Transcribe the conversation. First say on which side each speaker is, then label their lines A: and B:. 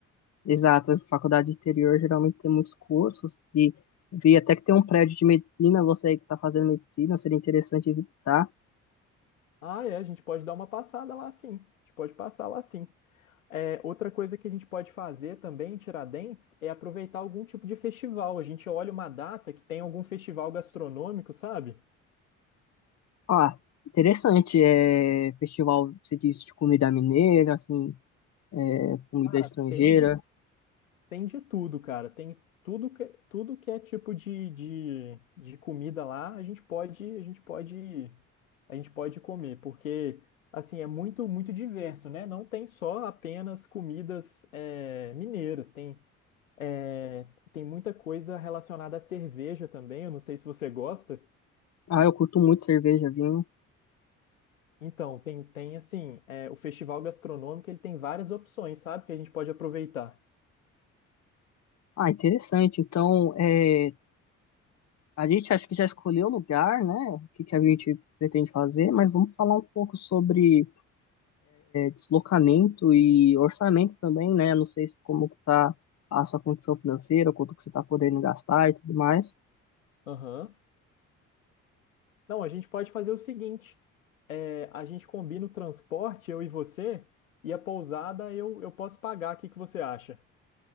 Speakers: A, on the left; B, on the left.
A: Exato, a faculdade interior geralmente tem muitos cursos e vi até que tem um prédio de medicina, você aí que tá fazendo medicina, seria interessante visitar.
B: Ah, é, a gente pode dar uma passada lá sim. A gente pode passar lá sim. É, outra coisa que a gente pode fazer também em Tiradentes é aproveitar algum tipo de festival. A gente olha uma data que tem algum festival gastronômico, sabe?
A: Ah, interessante, é festival, você disse, de comida mineira, assim, é, comida
B: Cara,
A: estrangeira.
B: tem de, tem de tudo, cara. Tem tudo que, tudo que é tipo de, de, de comida lá, a gente pode, a gente pode, a gente pode comer, porque assim é muito, muito diverso, né? Não tem só apenas comidas é, mineiras, tem, é, tem muita coisa relacionada à cerveja também. Eu não sei se você gosta.
A: Ah, eu curto muito cerveja, vinho.
B: Então, tem, tem assim, é, o festival gastronômico, ele tem várias opções, sabe? Que a gente pode aproveitar.
A: Ah, interessante. Então, é, a gente acho que já escolheu o lugar, né? O que que a gente pretende fazer, mas vamos falar um pouco sobre deslocamento e orçamento também, né? Não sei se como que tá a sua condição financeira, quanto que você tá podendo gastar e tudo mais.
B: Aham. Não, a gente pode fazer o seguinte, é, a gente combina o transporte, eu e você, e a pousada eu, eu posso pagar, o que que você acha?